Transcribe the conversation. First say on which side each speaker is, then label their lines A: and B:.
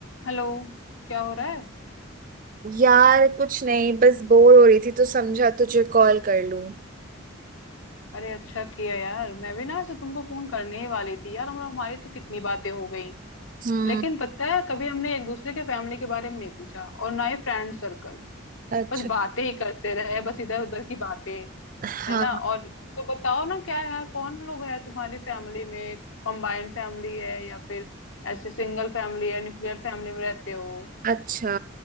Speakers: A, on the left; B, on the right.
A: हेलो क्या हो रहा है
B: यार कुछ नहीं बस बोर हो रही थी तो समझा तुझे कॉल कर लूं
A: अरे अच्छा किया यार मैं भी ना ऐसे तुमको फोन करने ही वाली थी यार हम हमारी तो कितनी बातें हो गई
B: हम्म
A: लेकिन पता है कभी हमने एक दूसरे के फैमिली के बारे में नहीं पूछा और ना ही फ्रेंड सर्कल
B: अच्छा
A: बस बातें ही करते रहे बस इधर उधर की बातें
B: हाँ
A: है ना और तो बताओ ना क्या है कौन लोग है तुम्हारी फैमिली में कंबाइंड फैमिली है या फिर ऐसे सिंगल फैमिली है न्यूक्लियर फैमिली में रहते हो
B: अच्छा